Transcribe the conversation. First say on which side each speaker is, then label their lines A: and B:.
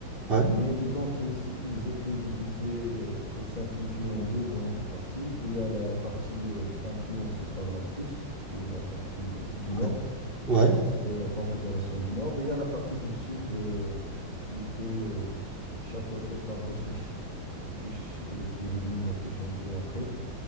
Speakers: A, on the right; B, on the left.
A: Ouais,
B: mais disons qu'ils qu'ils étaient divisés, euh, pour simplifier, en deux grandes parties. Il y a la partie euh, influencée par la Prusse, qui est la partie euh, du
A: ouais,
B: nord,
A: ouais.
B: c'était la Confédération du Nord. Et il y a la partie du Sud euh, qui était euh, chapeautée par l'Autriche. L'Autriche euh, qui est devenue l'Autriche-Hongrie après.